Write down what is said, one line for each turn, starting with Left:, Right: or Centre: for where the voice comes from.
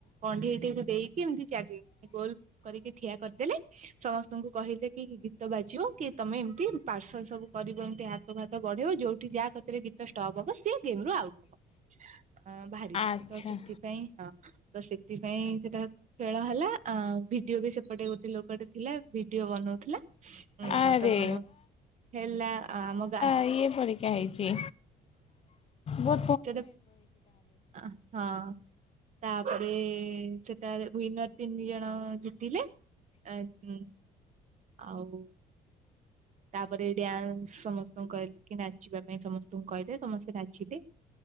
Right: କଣ୍ଢେଇଟିିକୁ ଦେଇକି ଏମିତି ଚାଲିବ। ଏ ଗୋଲ୍ କରିକି ଠିଆ କରିଦେଲେ ସମସ୍ତଙ୍କୁ କହିଲେ କି ଗୀତ ବାଜିବ କି ତମେ ଏମିତି ପାର୍ସଲ ସବୁ କରିବ ଏମିତି ହାତକୁ ହାତ ତ ବଢ଼େଇବ ଯୋଉଠି ଯାହା କତିରେ ଗୀ ତ ଷ୍ଟପ୍ ହବ ସି ଗେମ୍ ରୁ ଆଉଟ୍ ହବ। ଅ ବାହାରିଯିବୁ
Left: ଆଚ୍ଛା
Right: ତ ସେଥିପାଇଁ ହଁ ତ ସେ ଥିପାଇଁ ସେଟା ଖେଳ ହେଲା ଆଁ ଭିଡିଓ ବି ସେପଟେ ଗୋଟେ ଲୋକଟେ ଥିଲା ଭିଡିଓ ବନଉ ଥିଲା ଅଁ
Left: ଆରେ
Right: ତ ସମସ୍ ହେଲା ଆମ ଗାଁ।
Left: ଏଇଏ ପରିକା ହେଇଛି ବୋ
Right: <unintelligible> ଆ ହଁ। ତାପରେ ସେଟାରେ ୱିନର ତିନି ଜଣ ଜିତିଲେ। ଆଁ ଉଁ। ଆଉ ତାପରେ ଡ୍ୟାନ୍ସ ସମସ୍ତଙ୍କୁ କହିଲେ କି ନାଚିବା ପାଇଁ ସମସ୍ତଙ୍କୁ କହିଲେ ସମସ୍ତେ ନାଚିଲେ।